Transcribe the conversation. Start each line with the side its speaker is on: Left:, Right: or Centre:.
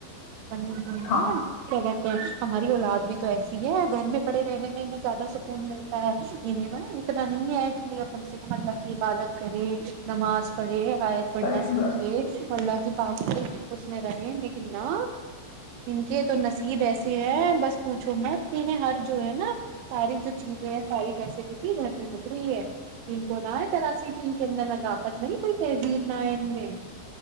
Right: کیا
Left: ہاں
Right: کہتے ہیں ہماری اولاد بھی تو ایسی ہے گھر میں پڑے رہنے میں زیادہ انڈل کا <unintelligible> اتنا نہیں ک لی آ اپن صرف اللہ کی عبادت کرے نماز پڑھے ائد پڑھنا
Left: صحیح
Right: سیکھے
Left: بات
Right: اللہ کی بات کی اس میں رہیں لیکن نہ <unintelligible> یہ تو نصیب ایسے ہیں بس پوچھو مت انیں ہر جو ہے نا ساری جو چیزیں ہے ساری کر گھر پ مل رہی ہے ان کو نہ جراسیی ان کے اندر ندافت نہیں کوئی تہذیب نہئے ان میں